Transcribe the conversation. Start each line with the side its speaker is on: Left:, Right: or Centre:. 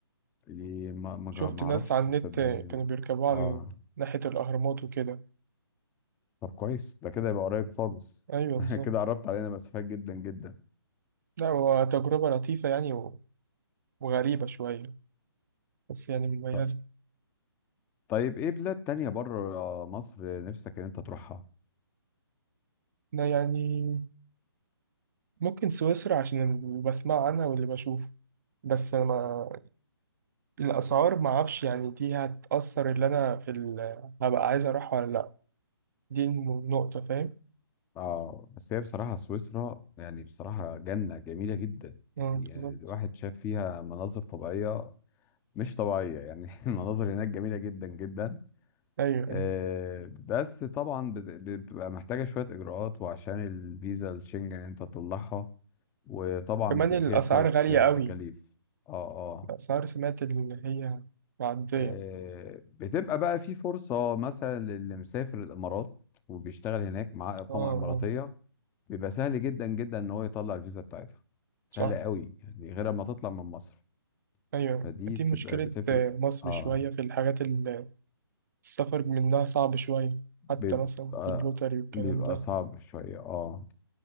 Left: يعني ما ما
Right: شفت
Left: ما
Right: ناس
Left: اعرفش
Right: على النت
Left: صدقني
Right: كانوا بيركبوا
Left: اه
Right: على ناحية الأهرامات وكده
Left: طب كويس ده كده يبقى قريب خالص
Right: أيوه
Left: <laughs>
Right: بالظبط
Left: كده قربت علينا مسافات جدا جدا
Right: لا هو تجربة لطيفة يعني و- وغريبة شوية بس يعني مميزة
Left: ط- طيب ايه بلاد تانية بره مصر نفسك ان انت تروحها
Right: أنا يعني ممكن سويسرا عشان اللي بسمع عنها واللي بشوفه بس أنا ما الأسعار ما أعرفش يعني دي هتأثر اللي أنا في ال... هبقى عايز أروح ولا لأ دي النقطة فاهم
Left: اه بس هي بصراحة سويسرا يعني بصراحة جنة جميلة جدا
Right: مم،
Left: يعني
Right: بالظبط
Left: الواحد شاف فيها مناظر طبيعية مش طبيعية يعني <laughs> المناظر هناك جميلة جدا جدا
Right: ايوه
Left: آه
Right: ايوه
Left: بس طبعا بت- بتبقى محتاجة شوية إجراءات وعشان الفيزا الشنجن انت تطلعها وطبعا
Right: كمان
Left: بيبقى
Right: الاسعار
Left: فيها شوية
Right: غاليه
Left: آه،
Right: قوي
Left: تكاليف اه اه
Right: الاسعار سمعت اللي هي معديه
Left: آه، بتبقى بقى في فرصة مثلا للي مسافر الإمارات وبيشتغل هناك معاه إقامة
Right: اه اه
Left: إماراتية بيبقى سهل جدا جدا إن هو يطلع الفيزا بتاعتها
Right: صح
Left: سهلة قوي يعني غير ما تطلع من مصر
Right: ايوه
Left: فدي
Right: دي
Left: بتبقى
Right: مشكله
Left: بتفرق
Right: آه، مصر
Left: اه
Right: شويه في الحاجات اللي السفر منها صعب شويه
Left: بيبقى
Right: حتى مثلا في اللوتري والكلام
Left: بيبقى
Right: ده
Left: صعب شوية اه